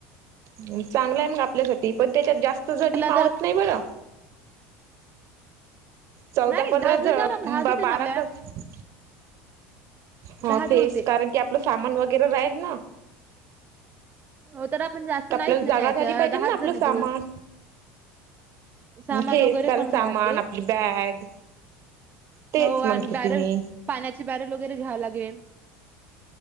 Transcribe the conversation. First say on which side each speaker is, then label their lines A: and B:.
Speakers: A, on the right (about 55°); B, on the right (about 30°).
A: चांगला आहे मग आपल्यासाठी पण त्याच्यात जास्त जणी
B: तुला
A: मावत
B: जर
A: नाही बरं चौदा
B: नाही
A: पंधरा
B: दहा जण जा ना, दहा जुळते
A: बारा
B: ना आपल्या
A: कसं हो
B: दहा
A: तेच
B: जुळते
A: कारण की आपलं सामान वगैरे राहील ना
B: हो तर आपण जास्त
A: आपल्याला
B: नाहीच न्यायचा
A: जागा झाली पाहिजे
B: दहाच
A: ना आपलं
B: जनी
A: सामान
B: जुळू सामान
A: तेच
B: वगैरे
A: कारण
B: पण राहते
A: सामान आपली बॅग तेच
B: हो
A: म्हणतो
B: आणि बॅरल
A: ती मी
B: पाण्याचे बॅरल वगैरे घ्यावं लागेल